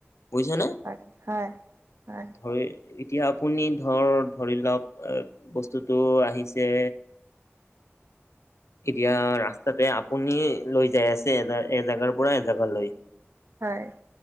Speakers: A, on the left; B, on the right.
A: বুজিছানে?
B: হয় হয় হয়।
A: ধই এতিয়া আপুনি ধৰ ধৰি লওক বস্তুটো আহিছে। এতিয়া ৰাস্তাতে আপুনি লৈ যাই আছে এজা এজেগাৰ পৰা এজাগা লৈ।
B: হয়।